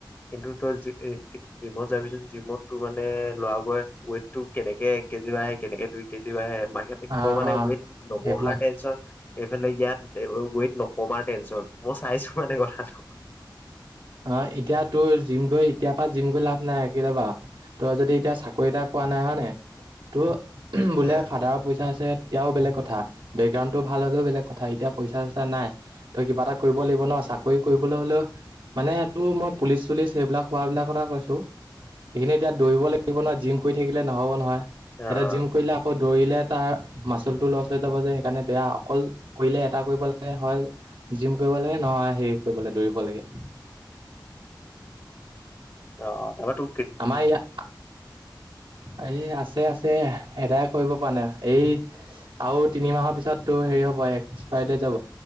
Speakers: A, on the left (about 30°); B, on the right (about 75°).
A: কিন্তু তই জিমত যাবিচোন জিমত মানে লৰা বোৰে ৱেট টো কেনেকে এক কেজি বাঢ়ে কেনেকে দুই কেজি বাঢ়ে। বাহিৰা পক্ষ
B: অঁ
A: মানে
B: অঁ
A: ৱেট নৱহাৰ
B: সেইবিলাক
A: টেনশ্যন এইফালে ইয়াত ৱেট নকমাৰ টেনচন মই চাইছো মানে কথাটো।
B: অ এতিয়া তোৰ জিম গৈ এতিয় পৰা জিম গৈ লাভ নাই কেলেবা তই যদি এতিয়া চাকৰি এটা কোৱা নাই হয় নে তোৰ বোলে
A: অ'।
B: ফাদাৰৰ পইচা আছে। এতিয়াও বেলেগ কথা বেকগ্ৰাউণ্ডটো ভাল হলেও বেলেগ কথা এতিয়া পইচা চইচা নাই তই কিবা এটা কৰিব লাগিব ন আ- চাকৰি কৰিবলৈ হলেও মানে এইটো মই পুলিচ চুলিচ সেইবিলাক হোৱাবিলাক কথা কৈছো। সেইখিনি এতিয়া দৌৰিব লাগিব নহয় জিম কৰি থাকিলে নহব নহয়
A: অ',
B: এতিয়া জিম কৰিলে আকৌ- দৌৰিলে তাৰ মাচুলটো লছ হৈ যাব যে সেইকাৰণে বেয়া অকল কৰিলে এটা কৰিব হয়। জিম কৰিব লাগে নহয় হেৰি কৰিব লাগে দৌৰিব লাগে
A: অ তাৰাতো
B: আমাৰ ইয়াত এই আছে আছে। এ এদায় কৰিব প নে এই আৰু তিনিমাহৰ পিছততটো হেৰি হ'ব এক্সপাই ডট